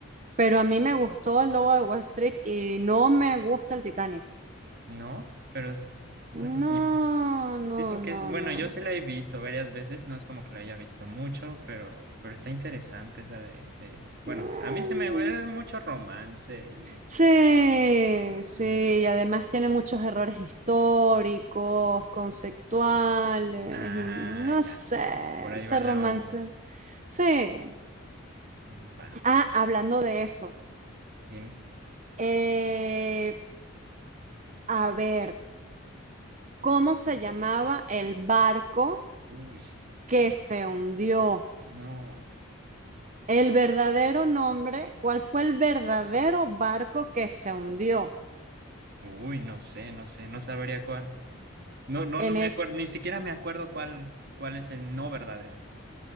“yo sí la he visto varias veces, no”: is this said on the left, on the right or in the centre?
Right